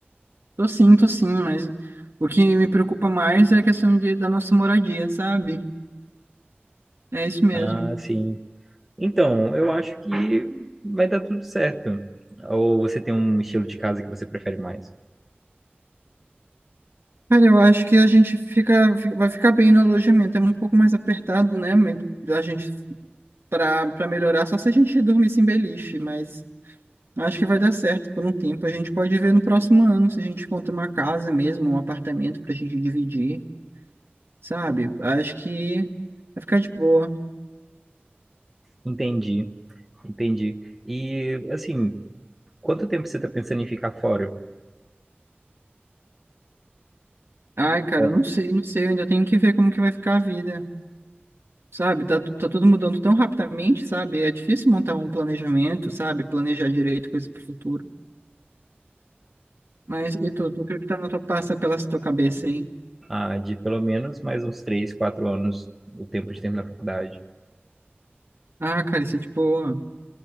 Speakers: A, on the right; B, in the centre.
A: Tô sim, tô sim, mas o que me preocupa mais é a questão de, da nossa moradia, sabe? É isso mesmo.
B: Ah, sim. Então, eu acho que vai dar tudo certo. Ou você tem um estilo de casa que você prefere mais?
A: Cara, eu acho que a gente fica, fi- vai ficar bem no alojamento. É um pouco mais apertado, né? mas A gente, pra, pra melhorar, só se a gente dormisse em beliche, mas acho que vai dar certo por um tempo. A gente pode ver no próximo ano se a gente encontra uma casa mesmo, um apartamento pra gente dividir, sabe? Acho que vai ficar de boa.
B: Entendi. Entendi. E, assim, quanto tempo você está pensando em ficar fora?
A: Ai, cara,
B: Bom,
A: eu não sei, não sei. Eu ainda tenho que ver como que vai ficar a vida. Sabe, tá, tu- tá tudo mudando tão rapidamente, sabe? É difícil montar um planejamento, sabe? Planejar direito coisa pro futuro. Mas, e tu, tu, o que que tá na tua passa pela tua cabeça aí?
B: Ah, de pelo menos mais uns três, quatro anos, o tempo de terminar a faculdade.
A: Ah, cara, isso é de boa.